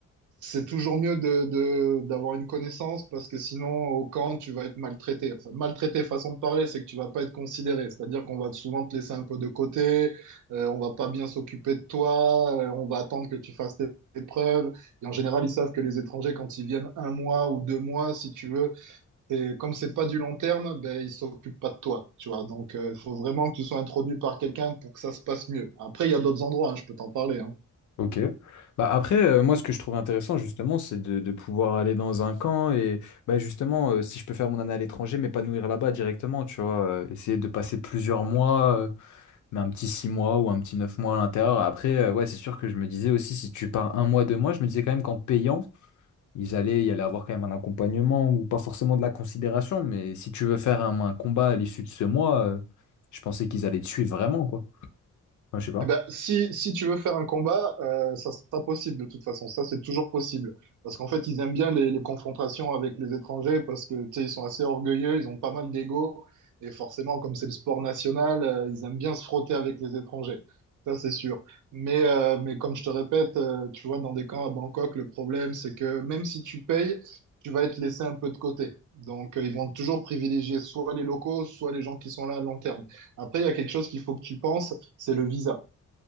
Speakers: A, on the right; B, on the left.
A: c'est toujours mieux de, de- d'avoir une connaissance parce que sinon, au camp, tu vas être maltraité. Enfin, maltraité, façon de parler, c'est que tu vas pas être considéré. C'est-à-dire qu'on va souvent te laisser un peu de côté, euh, on va pas bien s'occuper de toi, euh, on va attendre que tu fasses tes tes preuves. Et en général, ils savent que les étrangers, quand ils viennent un mois ou deux mois, si tu veux, et comme c'est pas du long terme, ben, ils s'occupent pas de toi, tu vois. Donc, euh, il faut vraiment que tu sois introduit par quelqu'un pour que ça se passe mieux. Après, il y a d'autres endroits, hein, je peux t'en parler, hein.
B: Ok. Bah après, euh, moi, ce que je trouve intéressant, justement, c'est de, de pouvoir aller dans un camp et bah, justement, euh, si je peux faire mon année à l'étranger, m'épanouir là-bas directement, tu vois, euh, essayer de passer plusieurs mois. euh, mais un petit 6 mois ou un petit 9 mois à l'intérieur. Après, euh, ouais, c'est sûr que je me disais aussi, si tu pars un mois, deux mois, je me disais quand même qu'en payant, ils allaient, il allait avoir quand même un accompagnement ou pas forcément de la considération, mais si tu veux faire un, un combat à l'issue de ce mois, euh, je pensais qu'ils allaient te suivre vraiment, quoi. Enfin, je sais pas.
A: Eh ben, si, si tu veux faire un combat, euh, ça sera possible de toute façon. Ça, c'est toujours possible. Parce qu'en fait, ils aiment bien les, les confrontations avec les étrangers parce que, tu sais, ils sont assez orgueilleux, ils ont pas mal d'ego. Et forcément, comme c'est le sport national, euh, ils aiment bien se frotter avec les étrangers. Ça, c'est sûr. Mais, euh, mais comme je te répète, euh, tu vois, dans des camps à Bangkok, le problème, c'est que même si tu payes, tu vas être laissé un peu de côté. Donc, euh, ils vont toujours privilégier soit les locaux, soit les gens qui sont là à long terme. Après, il y a quelque chose qu'il faut que tu penses, c'est le visa.